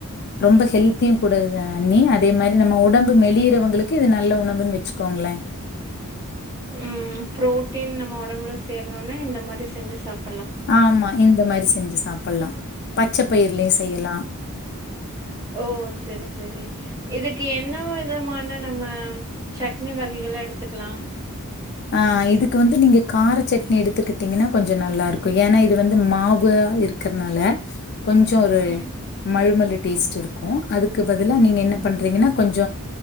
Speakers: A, on the left; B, on the right.
A: ரொம்ப ஹெல்தியும் கூட இது அண்ணி அதே மாரி நம்ம உடம்பு மெளியறவங்களுக்கு இது நல்ல உணவுன்னு வச்சுக்கோங்களேன்
B: உஹம் புரோட்டீன் நம்ம உடம்புல சேரணும்னா இந்த மாரி செஞ்சு சாப்
A: ஆமா இந்த மாரி செஞ்சு சாப் ப்பல்லாம் பச்ச பயிர்லயும் செய்யலா
B: ஓ! சரி, சரி. இதுக்கு என்ன விதமான நம்ம சட்னி வகைகள எடுத்துக்கலா
A: ஆ இதுக்கு வந்து நீங்க கார சட்னி எடுத்துக்கிட்டீங்கன்னா கொஞ்ச நல்லா இருக்கு ஏன்னா இது வந்து மாவு இருக்கிறதுனால கொஞ்ச ஒரு
B: ம்.
A: மழுமல்லு டேஸ்ட் வெச்சிருக்கோ அதுக்கு பதிலா நீங்க என்ன பண்றீங்கன்னா கொஞ்ச